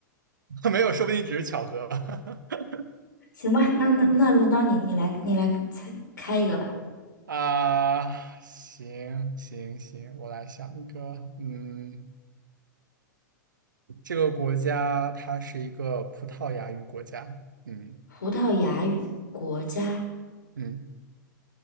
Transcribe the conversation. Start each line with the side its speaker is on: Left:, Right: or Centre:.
Right: <laughs> 没有，说不定只是巧合。<laughs>
Left: 行吧，那那那轮到你，你来你来猜开一个吧。
Right: 啊，行行行，我来想一个，嗯，这个国家它是一个葡萄牙语国家，嗯
Left: 葡萄牙语国家，
Right: 嗯